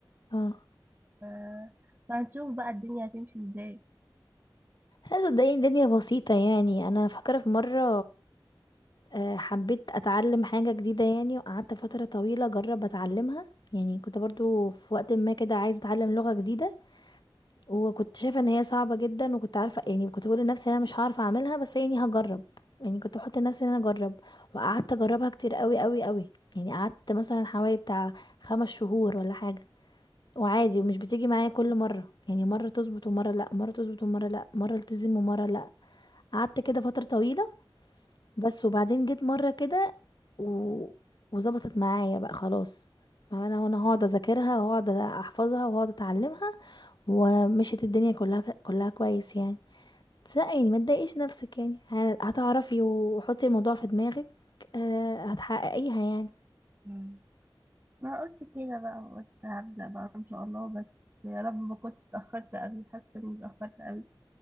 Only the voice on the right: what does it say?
ف... فهنشوف بقى الدنيا هتمشي ازاي
مم. ما قلت كده بقى قلت هبدا بقى ان شاء الله بس يا رب ما كنتش اتاخرت قوي حاسه اني اتاخرت قوي